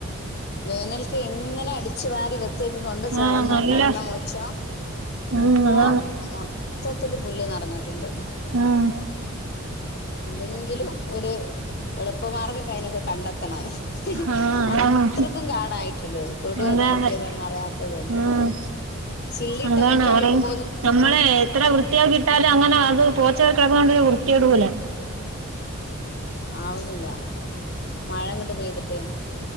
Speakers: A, on the left; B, on the right.
A: വേനൽക്ക് എങ്ങനെ അടിച്ചു വാരി വൃത്തിയാക്കി കൊണ്ട് ചെന്ന്
B: ആഹ് നല്ല
A: നടന്നാ മുറ്റൊ
B: ഉം
A: ഇപ്പൊ
B: അതാണ്
A: മൊത്തത്തില് പുല്ല് നെറഞ്ഞിട്ടുണ്ട്
B: ഉം
A: എന്തെങ്കിലും ഒരു എളുപ്പ മാർഗം കഴിഞ്ഞൊക്കെ കണ്ടെത്തണം
B: ആഹ് അതാണ്
A: അത്രക്കും കാടായിട്ടുണ്ട്. തൊട് ഏതാ
B: അതെ അതെ
A: മുറ്റം ഏതാന്ന് അറിയാത്ത കോലത്തില്
B: ഉം
A: ചില്ലിട്ട
B: അതാണ്
A: മുറ്റായിട്ട്
B: ആരെ
A: പോലും
B: നമ്മളെ എത്ര വൃ <unintelligible> ആക്കി ഇട്ടാലും അങ്ങനെ അത് പോച്ച കേറി കെടക്കണോണ്ടൊരു വൃത്തി കേട് പോലാ
A: ആവുന്നില്ല മഴ അങ്ങട് പെയ്തിട്ട്